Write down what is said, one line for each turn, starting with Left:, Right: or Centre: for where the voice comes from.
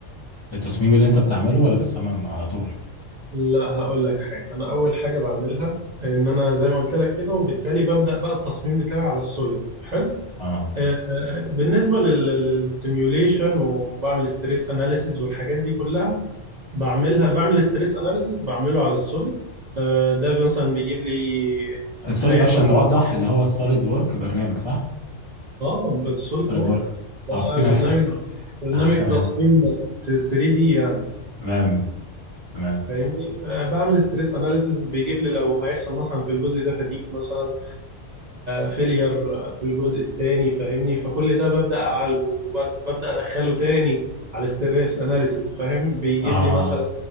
Left: للتصميم اللي انت بتعمله ولا بتصمم على طول
Right: لا هقول لك حاجه انا اول حاجه بعملها ان انا زي ما قلت لك كده وبالتالي ببدا بقى التصميم بتاعي على السوليد حلو
Left: اه
Right: آه، آه، بالنسبه للسيميوليشن وبعمل ستريس اناليسيز والحاجات دي كلها بعملها بعمل ستريس اناليسيس بعمله على السوليد ده مثلا بيجيب لي
Left: السوليد
Right: هيحصل
Left: بقى عشان نوضح
Right: كذا.
Left: اللي هو السوليد وورك برنامج صح
Right: اه بالسوليد
Left: سوليد
Right: وورك
Left: وورك
Right: ده
Left: اه في ناس
Right: برنامج
Left: <laughs>
Right: برنامج
Left: اه تمام
Right: تصميم 3 دي يعني
Left: تمام تمام
Right: فاهمني آه، بعمل ستريس اناليسيس بيجيب لي لو هيحصل مثلا في الجزء ده فتيج مثلا فيلير في الجزء الثاني فاهمني فكل ده ببدأ أعالجه وببدأ أدخله تاني على الستريس أناليسيز فاهم بيجيب
Left: اه
Right: لي مثلا